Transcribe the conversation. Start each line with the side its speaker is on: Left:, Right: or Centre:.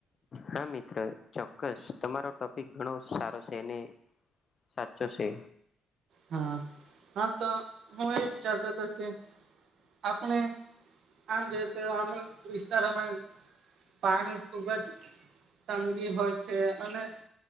Left: હા મિત્ર ચોક્કસ તમારો ટોપિક ઘણો સારો છે. ને સાતસો છે.
Right: હા હા તો હું એ વિચારતો હતો કે આપણે. આમ જો તો અમુક વિસ્તારમાં પાણી ખુબ જ. તંગી હોય છે. અને!